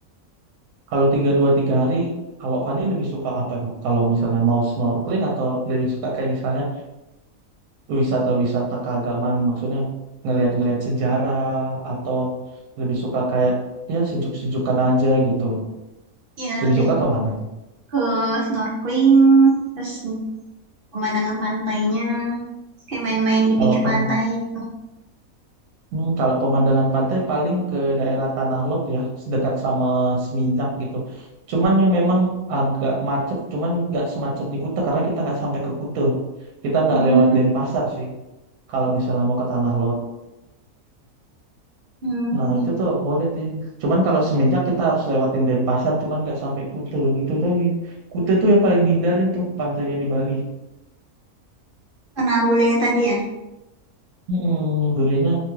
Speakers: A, on the right; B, on the right.
A: Kalau tiga dua tiga hari, kalau Fani lebih suka apa kok? Kalau misalnya mau snorkeling atau lebih suka kayak misalnya wisata-wisata keagamaan, maksudnya ngelihat-ngelihat sejarah atau lebih suka kayak ya sejuk-sejukan aja gitu.
B: Ya,
A: Lebih
B: lebih
A: suka ke mana tuh?
B: ke snorkeling, terus pemandangan pantainya terus kayak main-main di
A: Kalau
B: pinggir
A: pem
B: pantai gitu
A: hmm, kalau pemandangan pantai paling ke daerah Tanah Lot ya, dekat sama Seminyak gitu. Cuman ya memang agak macet, cuman nggak semacet di Kuta karena kita nggak sampai ke Kuta. Kita nggak
B: hmm,
A: lewat Denpasar sih kalau misalnya mau ke Tanah Lot.
B: hmm.
A: Nah itu tuh boleh sih. Cuman kalau Seminyak kita harus lewatin Denpasar, cuman nggak sampai Kuta. Itu lagi. Kuta tuh yang paling dihindarin tuh pantainya di Bali.
B: karena bulenya tadi ya
A: Hmm, bolehnya